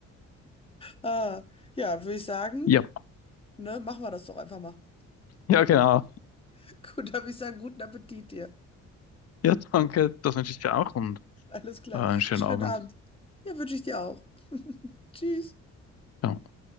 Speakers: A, on the left (about 20°); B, on the left (about 55°).
A: Ah, ja, würde ich sagen,
B: Ja,
A: ne, machen wir das doch einfach mal.
B: ja, genau.
A: <laughs> Gut, da würde ich sagen, guten Appetit dir.
B: Ja, danke. Das wünsche ich dir auch und
A: Alles klar.
B: äh, einen schönen
A: Schönen
B: Abend.
A: Abend. Ja, wünsche ich dir auch. <laughs> Tschüss.
B: Ja.